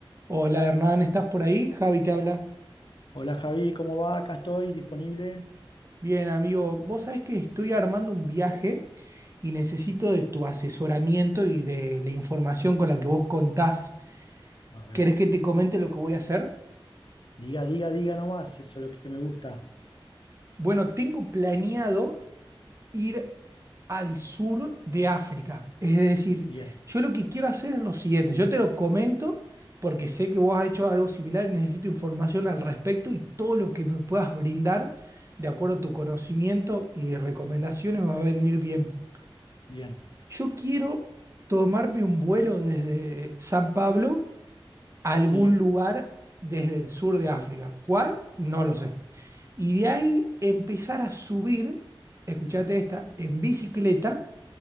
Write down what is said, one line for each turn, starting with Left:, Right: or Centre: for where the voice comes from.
Right: Hola Hernán, ¿estás por ahí? Javi te habla.
Left: Hola Javi, ¿cómo va? Acá estoy disponible.
Right: Bien, amigo, vos sabés que estoy armando un viaje y necesito de tu asesoramiento y de la información con la que vos contás.
Left: A ver,
Right: ¿Querés que te comente lo que voy a hacer?
Left: diga, diga, diga nomás, eso es lo que me gusta.
Right: Bueno, tengo planeado ir al sur de África. Es decir,
Left: Bien,
Right: yo lo que quiero hacer es lo siguiente, yo te lo comento porque sé que vos has hecho algo similar y necesito información al respecto y todo lo que me puedas brindar, de acuerdo a tu conocimiento y recomendaciones, me va a venir bien.
Left: bien,
Right: Yo quiero tomarme un vuelo desde San Pablo a algún
Left: sí,
Right: lugar desde el sur de África. ¿Cuál? No lo sé. Y de ahí empezar a subir, escuchate esta, en bicicleta